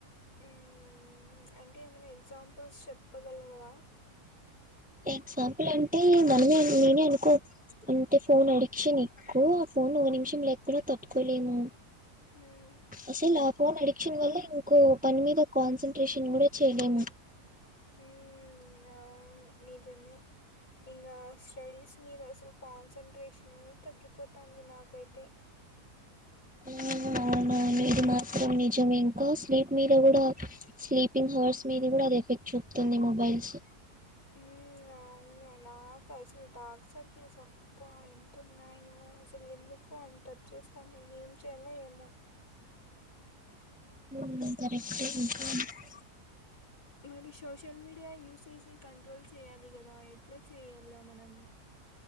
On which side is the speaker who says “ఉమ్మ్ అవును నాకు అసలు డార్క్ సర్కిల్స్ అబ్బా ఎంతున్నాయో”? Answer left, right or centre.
Left